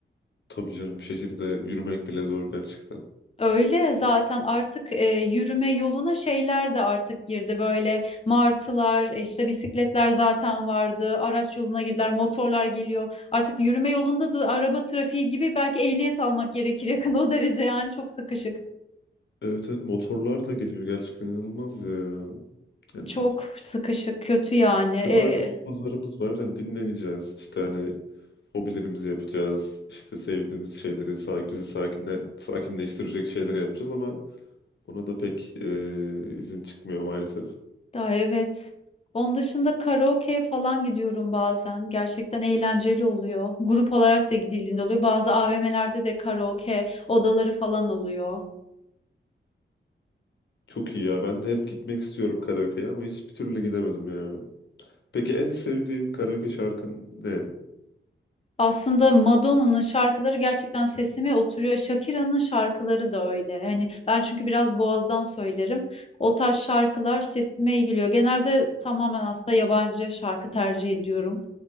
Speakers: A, on the left; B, on the left.
A: Tabii canım şehirde yürümek bile zor gerçekten.
B: Öyle zaten artık e, yürüme yoluna şeyler de artık girdi böyle martılar işte bisikletler zaten vardı araç yoluna girdiler motorlar geliyor artık yürüme yolunda da araba trafiği gibi belki ehliyet almak gerekir <laughs> yakında o derece yani çok sıkışık
A: Evet evet motorlar da geliyor gerçekten inanılmaz ya. Yani
B: çok
A: bir
B: sıkışık kötü yani e,
A: cumartesi pazarımız var. Yani dinleneceğiz. İşte hani hobilerimizi yapacağız. İşte sevdiğimiz şeyleri, sak- bizi sakinle, sakinleştirecek şeyleri yapacağız ama ona da pek e, izin çıkmıyor maalesef.
B: daha evet onun dışında karaoke falan gidiyorum bazen gerçekten eğlenceli oluyor grup olarak da gidildiğinde oluyor bazı AVM'lerde de karaoke odaları falan oluyor.
A: Çok iyi ya. Ben de hep gitmek istiyorum karaoke'ye ama hiçbir türlü gidemedim ya. Peki en sevdiğin karaoke şarkın ne?
B: Aslında Madonna'nın şarkıları gerçekten sesime oturuyor. Shakira'nın şarkıları da öyle. Hani ben çünkü biraz boğazdan söylerim. O tarz şarkılar sesime iyi geliyor. Genelde tamamen aslında yabancı şarkı tercih ediyorum